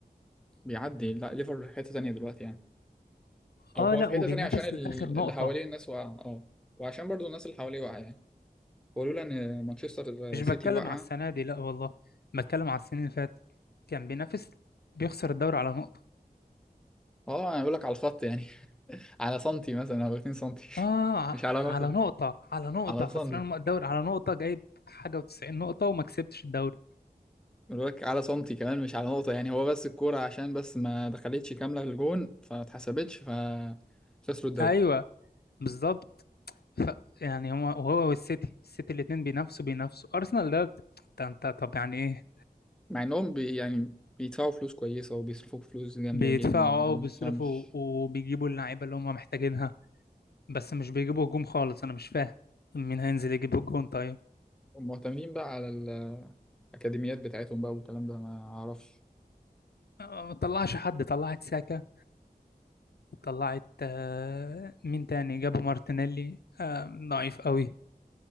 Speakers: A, in the centre; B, on the left (about 85°).
A: بيعدي لا ليفر في حتة تانية دلوقتي يعني او
B: اه
A: هو
B: لا
A: في حتة
B: وبينافس
A: تانية عشان ال-
B: لاخر نقطة
A: اللي حواليه الناس واقعة اه وعشان برضه الناس اللي حواليه واقعة يعني ولولا ان مانشستر
B: مش
A: سيتي
B: بتكلم
A: واقعة
B: على السنة دي لا والله بتكلم على السنين اللي فاتت كان بينافس بيخسر الدوري على نقطة
A: اه انا بقول لك على الخط يعني <laughs> على سنتي مثلا او 2 سنتي
B: اه
A: <laughs> مش
B: ع-
A: على نقطة
B: على نقطة على نقطة
A: على
B: خسران
A: سنتي
B: الدوري على نقطة جايب حاجة و90 نقطة وما كسبتش الدوري
A: الباك على سنتي كمان مش على نقطة يعني هو بس الكورة عشان بس ما دخلتش كاملة للجون فما اتحسبتش فخسروا الدوري
B: ايوه بالظبط ف يعني هو وهو والسيتي السيتي الاتنين بينافسوا بينافسوا ارسنال ده انت انت طب يعني ايه
A: مع انهم بي يعني بيدفعوا فلوس كويسة وبيصرفوا فلوس جامدة
B: بيدفعوا
A: جدا انا
B: اه وبيصرفوا
A: ما تفهمش
B: وبيجيبوا اللعيبة اللي هم محتاجينها بس مش بيجيبوا هجوم خالص انا مش فاهم مين هينزل يجيب الجون طيب
A: هم مهتمين بقى على الأكاديميات بتاعتهم بقى والكلام ده ما أعرفش
B: آه، ما طلعش حد طلعت ساكا طلعت آه، مين تاني جابوا مارتينيلي آه، ضعيف قوي